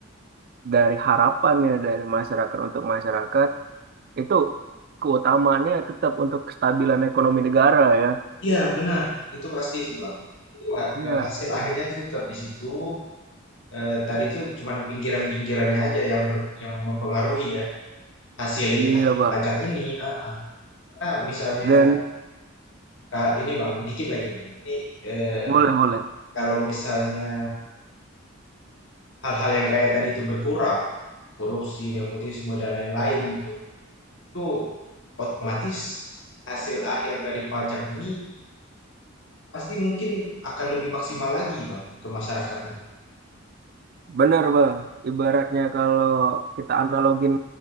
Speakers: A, on the right; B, on the left.
A: dari harapannya dari masyarakat untuk masyarakat itu keutamaannya tetap untuk kestabilan ekonomi negara ya.
B: Iya, benar. Itu pasti sih Bang. Itu eh,
A: Iya,
B: hasil akhirnya tuh tetap di situ eh, tadi itu cuman pinggiran-pinggirannya aja yang ber- yang mempengaruhi ya hasil
A: ini
B: hasil
A: ya Bang.
B: pajak ini. Ah, karena misalnya
A: Dan
B: ka- ini bang, dikit lagi bang. Ini eh,
A: boleh boleh.
B: kalau misalnya hal-hal yang kayak tadi itu berkurang, korupsi, nepotisme dan lain-lain gitu, itu otomatis hasil akhir dari pajak ini pasti mungkin akan lebih maksimal lagi bang ke masyarakatnya.
A: Benar Bang. Ibaratnya kalau kita analogin